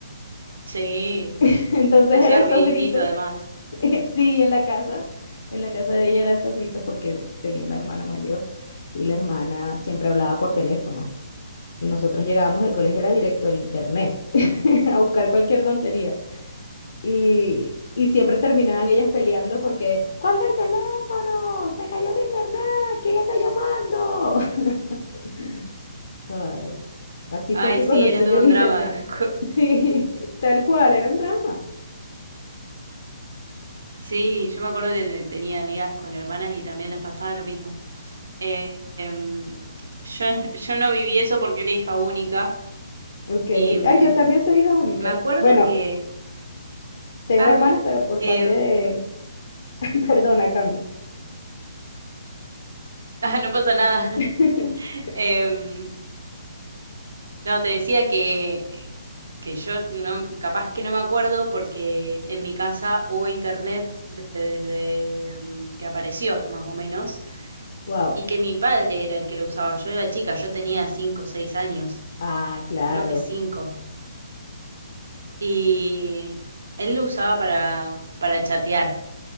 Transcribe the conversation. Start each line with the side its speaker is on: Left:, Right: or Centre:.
Right: Sí,
Left: <laughs> Entonces
Right: que hacía
Left: eran esos
Right: ruidito
Left: gritos.
Right: además.
Left: <laughs> Sí, en la casa, en la casa de ella eran esos gritos porque tenía una hermana mayor y la hermana siempre hablaba por teléfono. Y nosotros llegábamos, el colegio era directo al internet <laughs> a buscar cualquier tontería. Y, y siempre terminaban ellas peleando porque, cuelga el teléfono, se cayó el internet, ¿quién está llamando? <laughs> Ay, así
Right: Ay,
Left: fue que
Right: sí,
Left: conocí
Right: era todo
Left: yo el
Right: un
Left: internet.
Right: drama. <laughs> Co-
Left: Sí, <laughs> tal cual, era un drama.
Right: Sí, yo me acuerdo que te- tenía amigas con hermanas y también les pasaba lo mismo. Eh, em, yo, yo no viví eso porque era hija única
Left: Ok,
Right: y mm,
Left: ah, yo también soy hija única.
Right: me acuerdo
Left: Bueno,
Right: que...
Left: tengo
Right: Ah,
Left: hermanas,
Right: mira.
Left: pero por
Right: em,
Left: parte de...
Right: <laughs>
Left: <laughs> Ay, Perdona, Cami.
Right: ah, no pasa nada. <laughs>
Left: <clears throat>
Right: Em, no, te decía que, que yo no, capaz que no me acuerdo porque en mi casa hubo internet de- desde mm, que apareció, más o menos,
Left: Wow.
Right: y que mi padre era el que lo usaba. Yo era chica, yo tenía 5 o 6 años,
Left: Ah, claro.
Right: creo que cinco Y él lo usaba para, para chatear.